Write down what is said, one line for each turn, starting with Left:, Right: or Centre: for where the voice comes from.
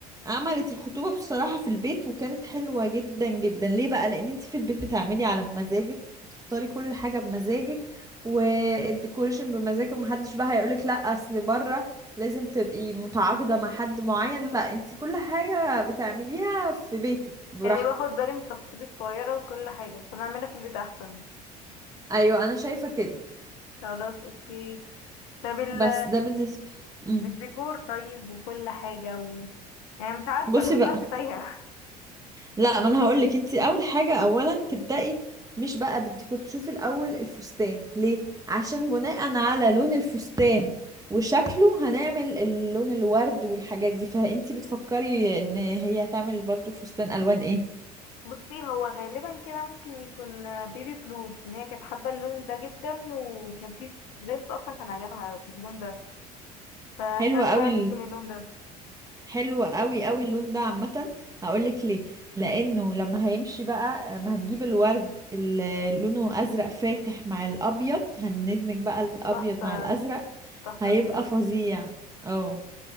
Right: عملت الخطوبة بصراحة في البيت وكانت حلوة جدا جدا ليه بقى لان انت في البيت بتعملي على مزاجك وتختاري كل حاجة بمزاجك والديكوريشن بمزاجك ومحدش بقى هيقولك لا اصل بره لازم تبقي متعاقدة مع حد معين لا انت كل حاجة بتعمليها في بيتك براحتك
Left: يعني باخد بالي من التفاصيل الصغيرة وكل حاجة فانا اعملها في البيت احسن
Right: ايوه انا شايفة كده
Left: خلاص اوكي طب ال-
Right: بس ده بالنسبة مم.
Left: الديكور طيب وكل حاجة و... يعني مش عارفة
Right: بصي
Left: انا حاسة
Right: بقى
Left: نفسي تايهة
Right: لا ما انا هقول لك انت اول حاجه اولا تبداي مش بقى بالديكور تشوفي الاول الفستان ليه عشان بناء على لون الفستان وشكله هنعمل اللون الورد والحاجات دي فانت بتفكري ان هي هتعمل برضو الفستان الوان ايه
Left: <laughs> بصي هو غالبا كده ممكن يكون آه، بيبي بلو عشان هي كانت حابة اللون ده جدا وكان في دريس اصلا كان عجبها اللون ده فاحتمال
Right: حلوه
Left: فعلا
Right: قوي
Left: يكون اللون ده
Right: حلو قوي قوي اللون ده عامة هقولك ليه لأنه لما هيمشي بقى لما هنجيب الورد اللي لونه أزرق فاتح مع الأبيض هندمج بقى الأبيض
Left: تحفة
Right: مع الأزرق
Left: تحفة
Right: هيبقى
Left: بجد
Right: فظيع اه